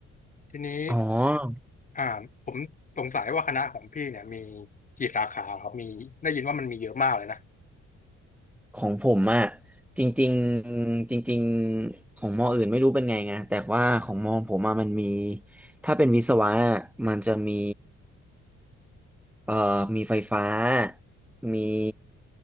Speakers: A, on the left (about 25°); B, in the centre.
A: ทีนี้
B: อ๋อ
A: อ่าผมสงสัยว่าคณะของพี่เนี่ยมีกี่สาขาครับมีได้ยินว่ามันมีเยอะมากเลยนะ
B: ของผมอะจริงๆจริงๆของมออื่นไม่รู้เป็นไงไงแต่ว่าของมอผมอะมันมีถ้าเป็นวิศวะะมันจะมี เอ่อมีไฟฟ้ามี